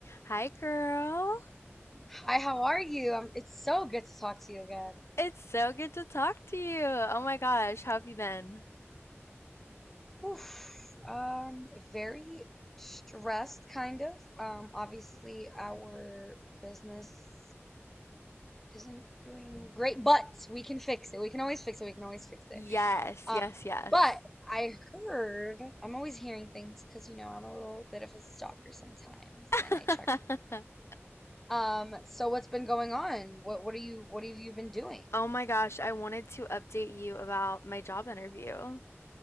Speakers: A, on the left (about 65°); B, in the centre.
A: Hi, girl.
B: Hi, how are you? Um, it's so good to talk to you again.
A: It's so good to talk to you. Oh my gosh, how have you been?
B: Oof. Um, very stressed, kind of. Um, obviously our business isn't doing great, but we can fix it. We can always fix it. We can always fix it.
A: Yes,
B: Um,
A: yes, yes.
B: but I heard, I'm always hearing things because, you know, I'm a little bit of a stalker sometimes,
A: <laughs>
B: and I check up. Um, so what's been going on? What what are you what have you been doing?
A: Oh my gosh, I wanted to update you about my job interview.